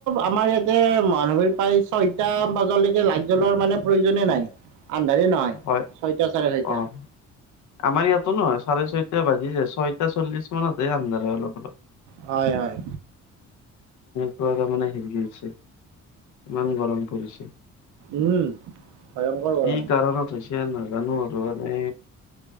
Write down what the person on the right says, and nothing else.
আমাৰ ইয়াতে মহানগৰীৰ প্ৰায় ছয়টা বাজালৈকে লাইট জ্বলোৱাৰ মানে প্ৰয়োজনে নাই। আন্ধাৰে নহয়
ছয়টা চাৰে ছয়টা
হ'য়, হ'য়।
উম ভয়ংকৰ গৰম